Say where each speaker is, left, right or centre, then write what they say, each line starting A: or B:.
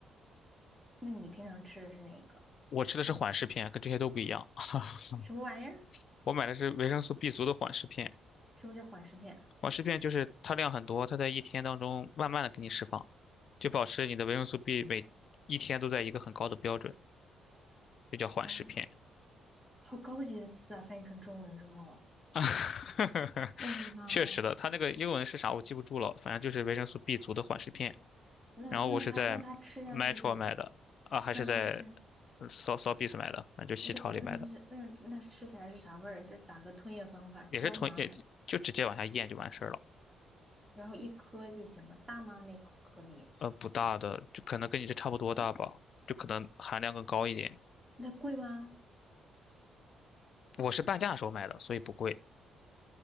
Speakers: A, in the centre; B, on the left (about 60°).
A: 那你平常吃的是哪一个？
B: 我吃的是缓释片，
A: 啊，
B: 跟这些都不一样。<laughs>
A: 什么玩意儿？
B: 我买的是维生素 B 族的缓释片，
A: 什么叫缓释片？
B: 缓释片就是它量很多，它在一天当中慢慢的给你释放，就保持你的维生素 B 每一天都在一个很高的标准，就叫缓释片。
A: 哦，好高级的词啊！翻译成中文之后，
B: <laughs> 啊，
A: 我的妈呀！
B: 确实的，它那个英文是啥我记不住了，反正就是维生素 B 族的缓释片。
A: 那那它那它吃下去是，
B: 然后我是在 Metro 买的，啊，还是在
A: 那它是
B: s o s o b i s 买的，反正就西超里买的，
A: 那是那是那那吃起来是啥味儿？是咋个吞咽方法？
B: 也是同也就直接往下咽就完事儿了。
A: 胶囊还，然后一颗就行了，大吗？那颗颗粒
B: 呃，不大的，就可能跟你这差不多大吧，就可能含量更高一点。
A: 那贵吗？
B: 我是半价的时候买的，所以不贵。